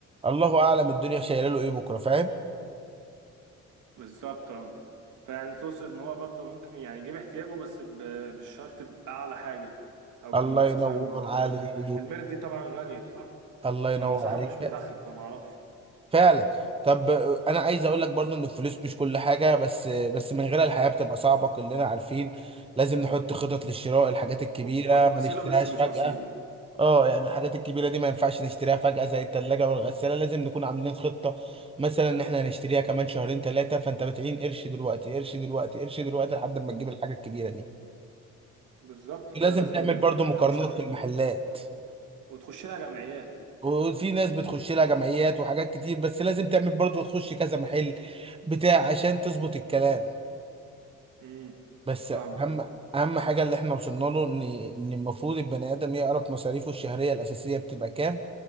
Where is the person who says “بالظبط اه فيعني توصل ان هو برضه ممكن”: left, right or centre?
Right